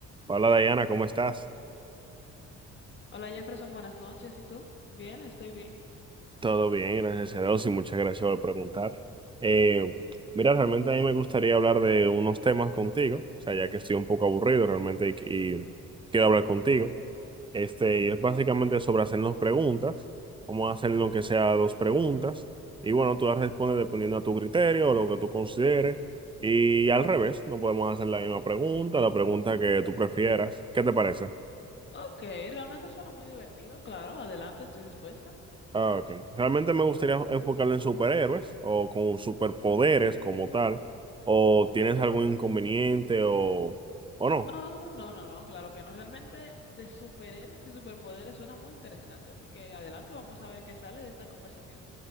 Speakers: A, on the right; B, on the left.
A: Hola Diana, ¿cómo estás?
B: Hola Jefferson, buenas noches. ¿Y tú? Bien, estoy bien.
A: Todo bien, gracias a Dios y muchas gracias por preguntar. Eh, mira, realmente a mí me gustaría hablar de unos temas contigo, o sea, ya que estoy un poco aburrido realmente y, y quiero hablar contigo. Este, y es básicamente sobre hacernos preguntas. Vamos a hacer lo que sea dos preguntas y bueno, tú las respondes dependiendo a tu criterio o lo que tú consideres. Y al revés, no podemos hacer la misma pregunta, la pregunta que tú prefieras. ¿Qué te parece?
B: Ok, realmente suena muy divertido, claro. Adelante, estoy dispuesta.
A: Ah, ok. Realmente me gustaría enfocarlo en superhéroes o con superpoderes como tal. ¿O tienes algún inconveniente o, o no?
B: No, no, no, no, claro que no. Realmente de superhéroes y superpoderes suena muy interesante. Así que adelante, vamos a ver qué sale de esta conversación.